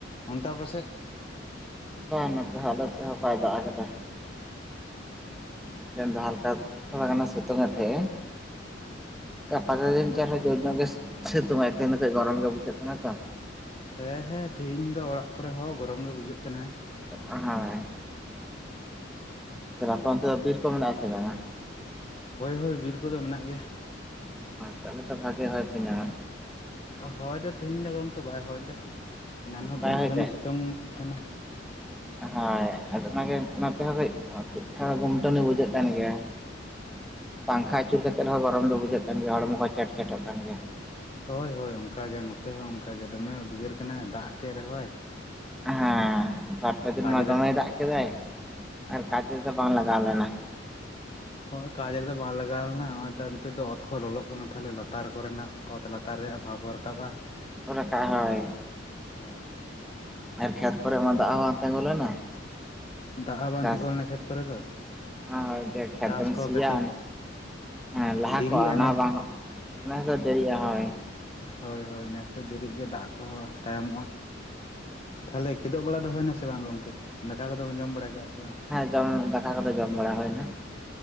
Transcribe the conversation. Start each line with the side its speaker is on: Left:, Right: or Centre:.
Left: ᱚᱱᱛᱮ ᱟᱯᱮᱥᱮᱫ?
Centre: ᱵᱟᱝ ᱱᱚᱛᱮ ᱟᱞᱮ ᱥᱮᱫ ᱦᱚᱸ ᱵᱟᱭ ᱫᱟᱜ ᱟᱠᱟᱫᱟ᱾ ᱛᱟᱭᱚᱢ ᱫᱚ ᱦᱟᱞᱠᱟ ᱛᱷᱚᱲᱟ ᱜᱟᱱᱮ ᱥᱤᱛᱩᱝ ᱮᱫ ᱛᱟᱦᱮᱸᱜᱼᱟ᱾ ᱜᱟᱯᱟ ᱫᱤᱱ
Left: ᱱᱚᱛᱮ
Centre: ᱪᱦᱚᱸ ᱡᱚᱨ ᱧᱚᱜ ᱜᱮ ᱥᱤᱛᱩᱝ ᱟᱭ, ᱛᱮᱦᱮᱧ ᱫᱚ ᱜᱚᱨᱚᱢ ᱜᱮ ᱵᱩᱡᱷᱟᱹᱜ ᱠᱟᱱᱟ ᱛᱚ᱾
Left: ᱦᱮᱸ ᱦᱮᱸ ᱛᱮᱤᱦᱤᱧ ᱫᱚ ᱚᱲᱟᱜ ᱠᱚᱨᱮ ᱦᱚᱸ ᱜᱚᱨᱚᱢ ᱜᱮ ᱵᱩᱡᱷᱟᱹᱜ ᱠᱟᱱᱟ ᱾
Centre: ᱦᱚᱭ ᱛᱟᱨᱯᱚᱨ <unintelligible> ᱚᱱᱛᱮ ᱫᱚ ᱵᱤᱨ ᱠᱚ ᱢᱮᱱᱟᱜ ᱟ ᱥᱮ ᱵᱟᱝᱟ
Left: ᱦᱳᱭ ᱦᱳᱭ ᱵᱤᱨ ᱠᱚᱫᱚ ᱢᱮᱱᱟᱜ ᱜᱮᱭᱟ᱾
Centre: ᱛᱟᱦᱚᱵᱮ ᱛᱚ ᱵᱷᱟᱜᱤ ᱦᱚᱭ ᱯᱮ ᱧᱟᱢᱟ᱾
Left: ᱦᱚᱭ ᱫᱚ ᱛᱮᱦᱮᱧ ᱫᱚ ᱜᱚᱢᱠᱮ ᱵᱟᱭ ᱦᱚᱭ ᱮᱫᱟ, ᱮᱱᱟᱱ ᱦᱚᱸᱭ
Centre: ᱵᱟᱭ
Left: ᱜᱩᱱᱴᱷᱟᱹᱱᱤ
Centre: ᱦᱚᱭ
Left: ᱥᱤᱛᱩᱝ ᱮ ᱛᱟᱦᱮᱱᱟᱭ᱾
Centre: ᱦᱚᱭ ᱟᱫᱚ ᱚᱱᱟᱜᱮ ᱱᱛᱮᱦᱚᱸ ᱠᱟᱹᱡ ᱴᱩᱠᱴᱟᱠ ᱜᱩᱢᱴᱟᱹᱱᱤ ᱵᱩᱡᱷᱟᱹᱜ ᱠᱟᱱ ᱜᱮᱭᱟ᱾ ᱯᱟᱝᱠᱷᱟ ᱟᱹᱪᱩᱨ ᱠᱟᱛᱮᱫᱦᱚᱸ ᱜᱚᱨᱚᱢ ᱫᱚ ᱵᱩᱡᱷᱟᱹᱜ ᱠᱟᱱ ᱜᱮᱭᱟ ᱦᱚᱲᱢᱚ ᱠᱚ ᱪᱮᱴ ᱪᱮᱴᱚᱜ ᱠᱟᱱ ᱜᱮᱭᱟ᱾
Left: ᱦᱳᱭ ᱦᱳᱭ ᱚᱱᱠᱟᱜᱮ ᱱᱚᱛᱮ ᱦᱚᱸ ᱚᱱᱠᱟ ᱜᱮ ᱫᱚᱢᱮ ᱩᱫᱽᱜᱟᱹᱨ ᱠᱟᱱᱟ ᱫᱟᱜ ᱠᱮᱫ ᱨᱮᱦᱚᱸᱭ᱾
Centre: ᱦᱮᱸ ᱵᱟᱨᱯᱮ ᱫᱤᱱ
Left: ᱠᱟᱡᱽ
Centre: ᱢᱟ ᱫᱚᱢᱮᱭ
Left: ᱨᱮ
Centre: ᱫᱟᱜ ᱠᱮᱫᱟᱭ, ᱟᱨ ᱠᱟᱡᱽ ᱨᱮᱫᱚ ᱵᱟᱝ ᱞᱟᱜᱟᱣ ᱞᱮᱱᱟ ᱾
Left: ᱦᱚᱸᱜᱚᱭ ᱠᱟᱡᱽ ᱨᱮᱫᱚ ᱵᱟᱝ ᱞᱟᱜᱟᱣ ᱞᱮᱱᱟ, ᱱᱚᱜᱼᱚᱭ ᱛᱚ ᱱᱤᱛᱚᱜ ᱫᱚ ᱚᱛ ᱠᱚ ᱞᱚᱞᱚᱜ ᱠᱟᱱᱟ ᱛᱟᱦᱚᱞᱮ ᱞᱟᱛᱟᱨ ᱠᱚᱨᱮᱱᱟᱜ ᱾ ᱚᱛ ᱞᱟᱛᱟᱨ ᱨᱮᱭᱟᱜ ᱵᱷᱟᱯ ᱦᱚ ᱨᱟᱠᱟᱵᱼᱟ ᱾
Centre: ᱨᱟᱠᱟᱵ <unintelligible> ᱦᱳᱭ
Left: ᱦᱳᱭ ᱟᱫᱚ
Centre: ᱟᱨ ᱠᱷᱮᱛ ᱠᱚᱨᱮ ᱢᱟ ᱫᱟᱜ ᱦᱚᱸ ᱵᱟᱝ ᱛᱤᱸᱜᱩ ᱞᱮᱱᱟ᱾
Left: ᱫᱟᱜ ᱦᱚᱸ ᱵᱟᱝ
Centre: ᱪᱟᱥ
Left: ᱛᱤᱸᱜᱩ ᱞᱮᱱᱟ ᱠᱷᱮᱛ ᱠᱚᱨᱮ ᱫᱚ
Centre: <unintelligible> ᱠᱷᱮᱛᱢ
Left: ᱪᱟᱥ ᱠᱚ
Centre: ᱥᱤᱭᱟ
Left: ᱠᱟᱹᱴᱤᱡ
Centre: ᱦᱮᱸ ᱞᱟᱦᱟ
Left: ᱫᱮᱨᱤᱜᱼᱟ
Centre: ᱠᱚᱜᱼᱟ ᱚᱱᱟ
Left: ᱱᱮᱥ
Centre: ᱦᱚᱸ ᱵᱟᱝ, ᱱᱮᱥ ᱫᱚ ᱫᱮᱨᱤᱜᱼᱟ ᱦᱚᱭ ᱾
Left: ᱦᱚᱭ ᱦᱚᱭ ᱱᱮᱥ ᱫᱚ ᱫᱮᱨᱤᱜ ᱜᱮ ᱫᱟᱜ ᱠᱚᱦᱚᱸ ᱛᱟᱭᱚᱢᱚᱜᱼᱟ, ᱛᱟᱦᱞᱮᱼᱼ ᱠᱤᱫᱩᱜ ᱵᱟᱲᱟ ᱫᱚ ᱦᱩᱭᱮᱱᱟᱥᱮ ᱵᱟᱝ ᱜᱚᱝᱠᱮ, ᱫᱟᱠᱟ ᱠᱚᱫᱚᱢ ᱡᱚᱢ ᱵᱟᱲᱟ ᱠᱮᱜᱼᱟ ᱥᱮ ᱵᱟᱝ?
Centre: ᱦᱩᱸᱫᱟᱠᱟ ᱠᱚᱫᱚ ᱡᱚᱢ ᱵᱟᱲᱟ ᱦᱩᱭ ᱮᱱᱟ,